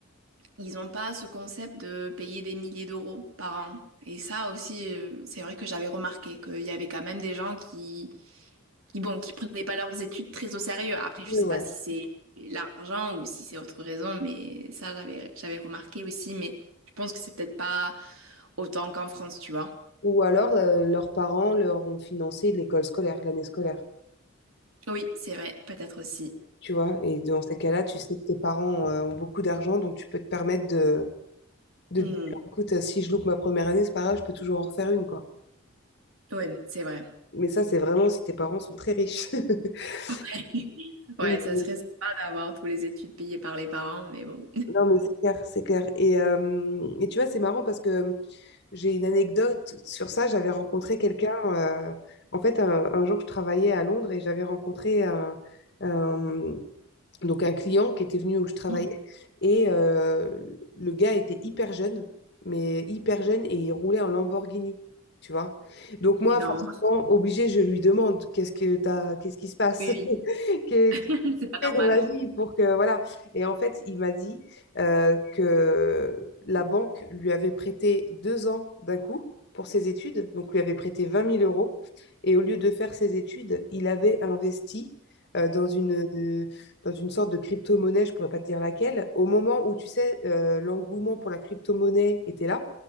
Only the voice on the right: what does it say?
ils n'ont pas ce concept de payer des milliers d'euros par an. Et ça aussi, euh, c'est vrai que j'avais remarqué qu'il y avait quand même des gens qui, qui, bon, qui prenaient pas leurs études très au sérieux. Après, je
sais
pas si c'est l'argent ou si c'est autre raison, mais ça, j'avais, j'avais remarqué aussi. Mais je pense que c'est peut-être pas autant qu'en France, tu vois.
Oui, c'est vrai, peut-être aussi.
Mhm.
Oui, c'est vrai.
<laughs> Ouais,
ça serait sympa d'avoir tous les études payées par les parents, mais bon.
<laughs>
Et non,
oui, oui,
<laughs> c'est pas normal.